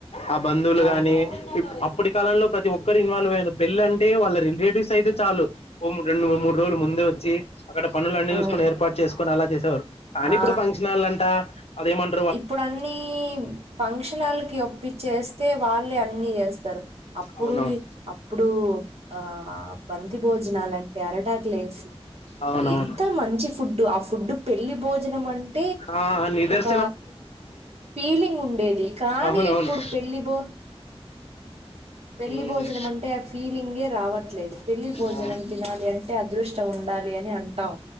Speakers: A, on the left; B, on the right.
A: ఆ బంధువులు
B: అవునవును
A: గాని ఇప్పటి కాలంలో ప్రతి ఒక్కరు ఇన్వాల్వ్ అయ్యారు పెళ్ళి అంటే వాళ్ళ రిలేటివ్స్ అయితే చాలు ఓ రెండు మూడు రోజులు ముందు వచ్చి అక్కడ పనులు అన్నీ
B: అవును
A: చూసుకోని ఏర్పాటు చేసు కొన్ని అలా చేసేవారు కానీ
B: ఆ
A: ఇప్పుడు ఫంక్షన్ళంటా అదేమన్నా
B: ఇప్పుడు అన్నీ ఫంక్షన్కాలకి ఒప్పిచ్చేస్తే వాళ్ళే అన్ని ఎయెస్తారు అప్పుడు
A: అవునవును
B: అప్పుడు ఆ బంతి భోజనాలంటే అరి టాకులేసి
A: అవునవును
B: ఎంత మంచి ఫుడ్డు ఇప్పుడు పెళ్ళి భోజనం అంటే
A: ఆ నిదర్
B: ఒక ఫీలింగ్ ఉండేది కానీ
A: అవునవును
B: ఇప్పుడు పెళ్ళి బో పెళ్లి
A: మ్మ్
B: భోజనం అంటే ఆ ఫీలింగ్ అే రావట్లేదు పెళ్లి భోజనం
A: అవును
B: తినాలి అంటే అదృష్టం ఉండాలి అని అంటాం